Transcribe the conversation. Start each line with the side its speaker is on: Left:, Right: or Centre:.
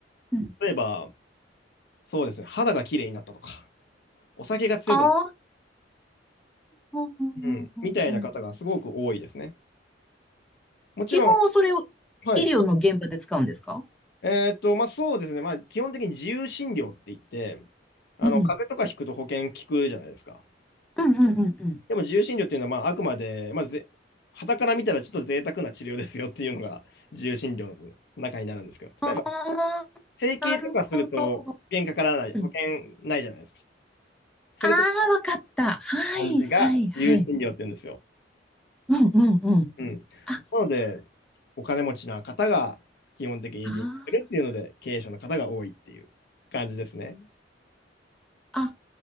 Centre: うん
Left: 例えば、そうですね、肌が綺麗になったとか、お酒が強くなっ
Centre: ああ、うんうんうんうんうん
Left: たうん、みたいな方がすごく多いですね。もちろん、
Centre: 基本はそれを
Left: はい。
Centre: 医療の現場で使うんですか
Left: えっと、まあそうですね、まあ基本的に自由診療って言って、あの、
Centre: うん、
Left: 風邪とかひくと保険効くじゃないですか。
Centre: うん、うん、うんうん。
Left: でも自由診療っていうのは、まああくまで、まあぜ、傍から見たらちょっと贅沢な治療ですよっていうのが自由診療の中になるんですけど、
Centre: ああ、
Left: 例えば、整形とかすると保険かからない、
Centre: なるほど。うん
Left: 保険ないじゃないですか。それと
Centre: ああ、わかった。はい、
Left: 感じが自由診療って言うんですよ。
Centre: はい、はい。うんうんうん。
Left: うん。
Centre: あ、
Left: なので、お金持ちな方が基本的に利用するっていうので、
Centre: あー
Left: 経営者の方が多いっていう感じですね。
Centre: あ、